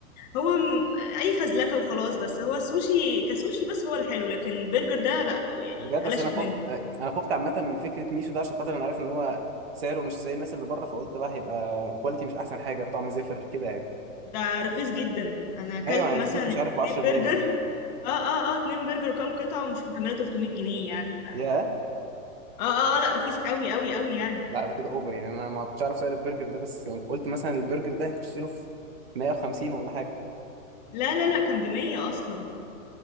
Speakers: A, on the left; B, on the right.
A: هو م- اي فزلكه وخلاص بس هو السوشي كسوشي بس هو الحلو لكن برجر ده لا يعني
B: بجد
A: قلشت
B: اصل انا خفت
A: منه
B: انا خفت عامه من فكره ميشو ده عشان خاطر انا عارف ان هو سعره مش زي الناس اللي بره فقلت بقى هيبقى كواليتي مش احسن حاجه طعم زفر كده يعني
A: ده رخيص جدا انا اكلت
B: ايوه أنا
A: مثلا
B: البيس مش
A: اتنين
B: عارف ب 10 جنيه
A: برجر
B: باين
A: اه اه اه اتنين برجر وكام قطعه ومش مكمله 300 جنيه يعني ف...
B: ياه
A: اه اه آه، لا رخيص قوي قوي قوي يعني
B: لا ده كده اوفر يعني انا ما كنتش عارف سعر البرجر ده بس يعني قلت مثلا البرجر ده هيخش له في 150 ولا حاجه
A: لا لا لا كان بمية اصلا